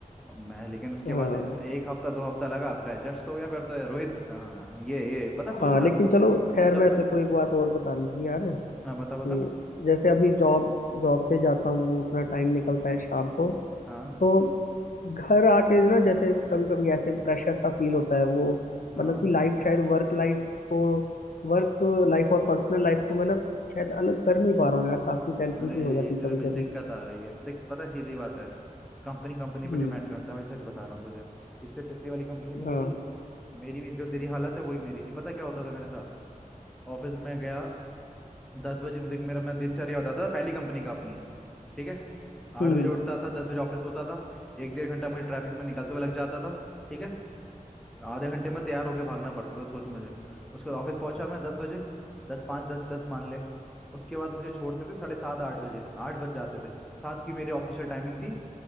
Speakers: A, in the centre; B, on the left.
A: मैं लेकिन उसके
B: हाँ
A: बाद एक हफ्ता दो हफ्ता लगा फिर एडजस्ट हो गया फिर तो ये रोहित हाँ, ये ये पता सोचना
B: हाँ लेकिन चलो खैर
A: जब
B: मैं
A: मैं
B: तेरे को एक बात और बतानी थी यार
A: हाँ बता
B: कि
A: बता
B: जैसे अभी जॉब जॉब पे जाता हूँ अपना टाइम निकलता है शाम को
A: हाँ
B: तो घर आके ना जैसे कभी कभी ऐसे प्रेशर सा फील होता है वो
A: हाँ
B: मतलब कि लाइफ शायद वर्क लाइफ को वर्क लाइफ और पर्सनल लाइफ को मैं ना शायद अलग कर नहीं पा रहा हूँ यार काफी टेंशन
A: अरे
B: सी हो जाती
A: ये तेरे
B: है कभी
A: में
B: कभी
A: दिक्कत आ रही है देख पता है सीधी बात है कंपनी कंपनी पर
B: हम्म
A: डिपेंड करता है भाई सच बता रहा हूँ तुझे इससे पिछली वाली कंपनी थी मेरी
B: हाँ
A: मेरी भी जो तेरी हालत है वही मेरी थी पता क्या होता था मेरे साथ ऑफिस में गया दस बजे देख मेरा मैं दिनचर्या बताता था पहली कंपनी का अपनी ठीक है आठ
B: हम्म
A: बजे उठता था दस बजे ऑफिस होता था एक डेढ़ घंटा मुझे ट्रैफिक में निकलते हुए लग जाता था ठीक है आधे घंटे में तैयार होके भागना पड़ता था सोच मुझे उसके बाद ऑफिस पहुंचा मैं दस बजे दस पाँच दस दस मान ले उसके बाद मुझे छोड़ते थे साढ़े सात आठ बजे आठ बज जाते थे सात की मेरी ऑफिशियल टाइमिंग थी